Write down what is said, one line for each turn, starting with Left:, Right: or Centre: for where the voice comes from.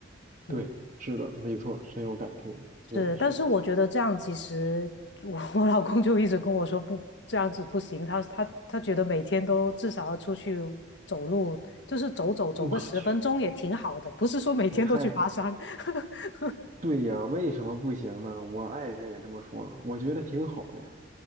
Right: 对，
Left: 嗯。
Right: 是的，没错，深有感触。对，
Left: 是，
Right: 是的。
Left: 但是我觉得这样其实我我老公就一直跟我说不这样子不行，他他他觉得每天都至少要出去走路，就是走走走个十分钟也挺好的，
Right: 我去，
Left: 不是说每天都去爬山。
Right: 太
Left: <laughs>
Right: 对呀，为什么不行呢？我爱人也这么说，我觉得挺好的呀。